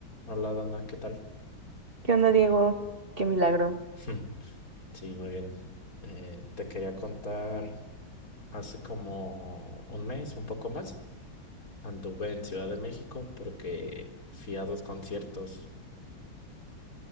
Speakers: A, on the left (about 45°); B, on the right (about 30°).
A: Hola Dana, ¿qué tal?
B: ¿Qué onda, Diego? Qué milagro.
A: <laughs> Sí, muy bien. Eh, te quería contar, hace como un mes, un poco más, anduve en Ciudad de México porque fui a dos conciertos.